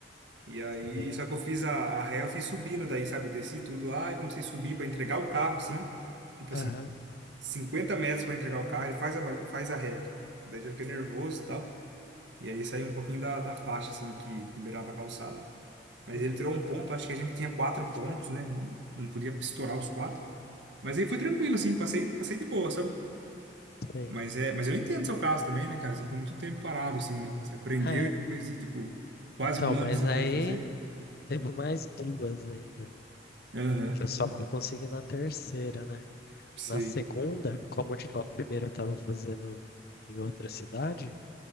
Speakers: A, on the right; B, on the left.
A: E aí,
B: Sei.
A: só que eu fiz a, a ré, eu fiz subindo daí, sabe? Eu desci tudo lá e comecei a subir para entregar o carro, assim. Tipo assim,
B: Aham.
A: 50 metros para entregar o carro, ele faz a, faz a ré aqui. Daí eu fiquei nervoso e tal. E aí saiu um pouquinho da, da faixa, assim, que, que beirava a calçada. Mas
B: Uhum.
A: ele tirou um ponto, acho que a gente tinha quatro pontos, né? Não, não podia estourar os quatro. Mas aí foi tranquilo, assim, passei, passei de boa, sabe?
B: Sei.
A: Mas é, mas eu entendo seu caso também, né, cara? Você ficou muito tempo parado, assim, né? Você aprendeu
B: Ah,
A: e depois de, tipo, quase
B: então,
A: um
B: mas
A: ano você
B: aí
A: foi fazer.
B: teve mais duas ainda,
A: Aham,
B: que eu só fui conseguir na terceira, né?
A: sei.
B: Na segunda, como tipo, a primeira eu tava fazendo em outra cidade,